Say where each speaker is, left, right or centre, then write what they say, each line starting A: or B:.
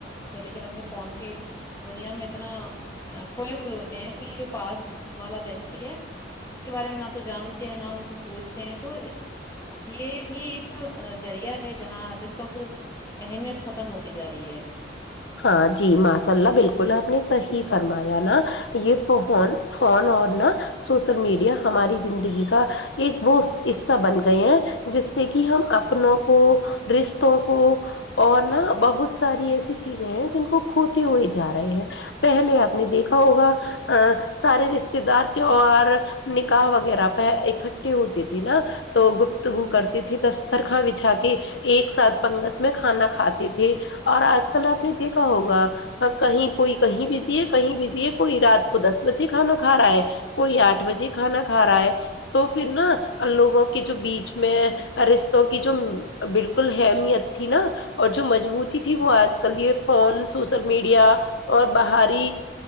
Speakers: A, on the left; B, on the left.
A: لیکن اپنے فون کے دنیا میں اتنا کھوئے ہوئے ہوتے ہیں کہ جو پاس والا ویکتی ہے اس کے بارے میں نہ تو جانتے ہیں نہ ان کو پوچھتے ہیں تو اس یہ بھی ایک ذریعہ ہے جہاں رشتوں کے اہمیت ختم ہوتی جا رہی ہے
B: ہاں جی ماشاء اللہ بالکل آپ نے صحیح فرمایا نا یہ فون فون اور نہ سوشل میڈیا ہماری زندگی کا ایک وہ حصہ بن گیا ہیں جس سے کہ ہم اپنوں کو رشتوں کو اور نا بہت ساری ایسی چیزیں ہیں جن کو کھوتے ہوئے جا رہے ہیں پہلے آپ نے دیکھا ہوگا سارے رشتے دار تیوہار نکاح وغیرہ پہ اکٹھے ہوتی تھی نا تو گفتگو کرتی تھی دسترخوان بچھا کے ایک ساتھ پنگت میں کھانا کھاتے تھے اور آج کل کل آپ نے دیکھا ہوگا کہیں کوئی کہیں بزی ہے کہیں بزی ہے کوئی رات کو دس بجے کھانا کھا رہا ہے کوئی آٹھ بجے کھانا کھا رہا ہے تو پھر نا لوگوں کے جو بیچ میں رشتوں کی جو بالکل اہمیت تھی نا اور جو مضبوطی تھی وہ آج کل یہ فون سوشل میڈیا اور بہر ہی